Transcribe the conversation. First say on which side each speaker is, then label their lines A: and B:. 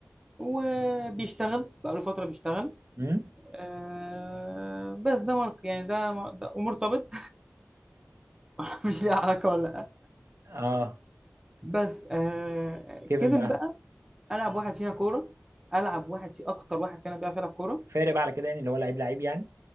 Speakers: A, on the right; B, on the right.
A: وبيشتغل بقى له فتره بيشتغل
B: مم.
A: آه، بس ده مارك يعني ده ده ومرتبط <laughs> مش ليه علاقه ولا
B: اه
A: بس آه
B: كيفن
A: كيفن
B: بقى
A: بقى العب واحد فيها كوره العب واحد في اكتر واحد فينا بيعرف يلعب كوره
B: فارق بقى على كده يعني اللي هو لعيب لعيب يعني